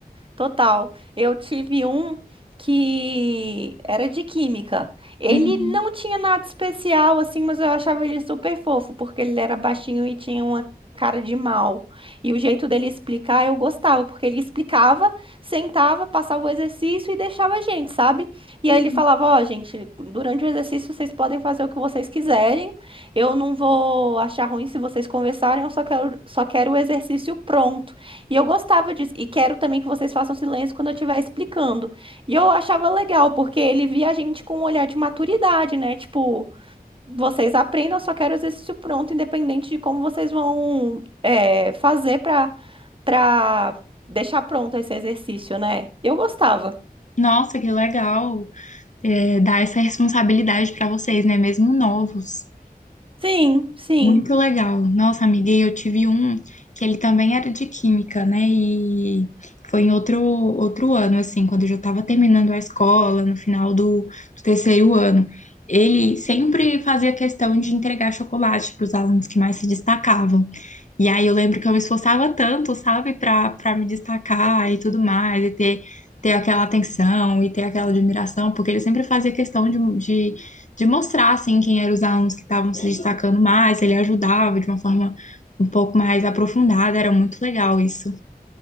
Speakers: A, on the right (about 35°); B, on the left (about 50°).
A: Total. Eu tive um que era de química. Ele
B: Uhum,
A: não tinha nada especial assim, mas eu achava ele super fofo, porque ele era baixinho e tinha uma cara de mal. E o jeito dele explicar eu gostava, porque ele explicava, sentava, passava o exercício e deixava a gente, sabe? E
B: uhum.
A: aí ele falava: Ó, gente, durante o exercício vocês podem fazer o que vocês quiserem. Eu não vou achar ruim se vocês conversarem, eu só quero, só quero o exercício pronto. E eu gostava disso. E quero também que vocês façam silêncio quando eu estiver explicando. E eu achava legal, porque ele via a gente com um olhar de maturidade, né? Tipo, vocês aprendam, eu só quero o exercício pronto, independente de como vocês vão é, fazer pra, pra deixar pronto esse exercício, né? Eu gostava.
B: Nossa, que legal, eh, dar essa responsabilidade para vocês, né? Mesmo novos.
A: Sim, sim.
B: Muito legal. Nossa, amiga, e eu tive um que ele também era de química, né? E foi em outro, outro ano, assim, quando eu já estava terminando a escola, no final do, do terceiro ano. Ele sempre fazia questão de entregar chocolate para os alunos que mais se destacavam. E aí eu lembro que eu me esforçava tanto, sabe, para para me destacar e tudo mais, e ter, ter aquela atenção e ter aquela admiração, porque ele sempre fazia questão de de mostrar assim quem eram os alunos que estavam se destacando mais, ele ajudava de uma forma um pouco mais aprofundada, era muito legal isso.